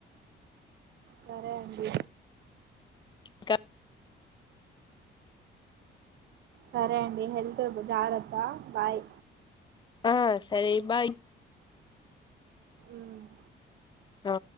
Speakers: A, on the right; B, on the left.
A: సరేండి
B: ఇంకా
A: సరే అండి హెల్త్ జాగ్రత్త బాయ్
B: ఆ సరే బాయ్
A: ఉమ్.
B: అ